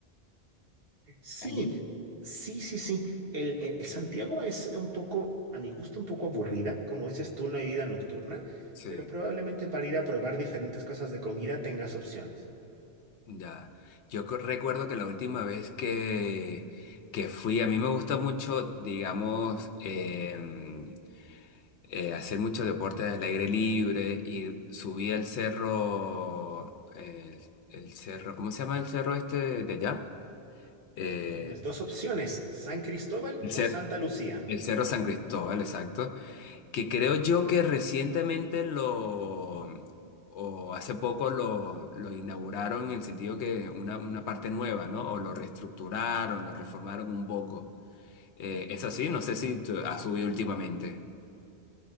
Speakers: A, on the right; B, on the left.
A: Sí,
B: Hay lindos
A: sí, sí, sí. El, el- el Santiago es un poco, a mi gusto, un poco aburrida, como dices tú, no hay vida nocturna,
B: Sí,
A: pero probablemente para ir a probar diferentes cosas de comida tengas opciones.
B: ya. Yo co- recuerdo que la última vez que, que fui, a mí me gusta mucho, digamos, em, eh, hacer mucho deporte al aire libre y subí al cerro, el, el cerro, ¿cómo se llama el cerro este de allá? Eh,
A: Tienes dos opciones, San Cristóbal
B: el
A: o
B: cer-
A: Santa Lucía.
B: el cerro San Cristóbal, exacto. que creo yo que recientemente lo, o hace poco lo, lo inauguraron en el sentido que una, una parte nueva, ¿no? O lo reestructuraron, lo reformaron un poco. Eh, es así, no sé si tú- ha subido últimamente.